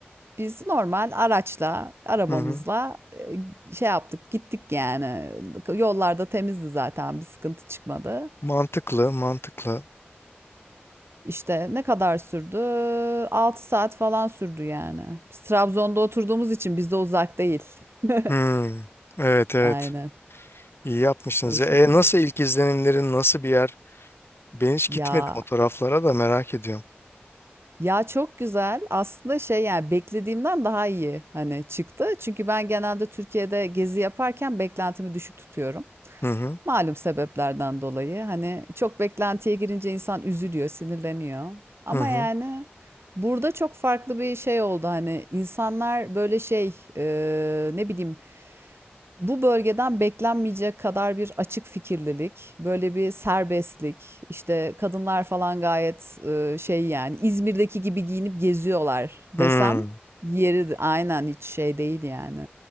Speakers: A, on the right (about 85°); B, on the left (about 75°).
A: Biz normal araçla, arabamızla
B: Hı hı.
A: e, şey yaptık, gittik yani. Yollarda temizdi zaten, bir sıkıntı çıkmadı.
B: Mantıklı mantıklı.
A: İşte ne kadar sürdü? 6 saat falan sürdü yani. Biz Trabzon'da oturduğumuz için bizde uzak değil. <laughs>
B: Hmm. Evet evet
A: Aynen.
B: iyi yapmışsınız
A: O
B: ya.
A: şekilde.
B: E, nasıl ilk izlenimlerin nasıl bir yer? Ben hiç
A: Ya
B: gitmedim o taraflara da merak ediyorum.
A: Ya çok güzel. Aslında şey yani beklediğimden daha iyi hani çıktı. Çünkü ben genelde Türkiye'de gezi yaparken beklentimi düşük tutuyorum.
B: Hı hı.
A: Malum sebeplerden dolayı. Hani çok beklentiye girince insan üzülüyor, sinirleniyor. Ama
B: Hı hı.
A: yani burada çok farklı bir şey oldu. Hani insanlar böyle şey e, ne bileyim bu bölgeden beklenmeyecek kadar bir açık fikirlilik, böyle bir serbestlik, işte kadınlar falan gayet e, şey yani İzmir'deki gibi giyinip geziyorlar desem
B: Hmm.
A: yeri aynen hiç şey değil yani.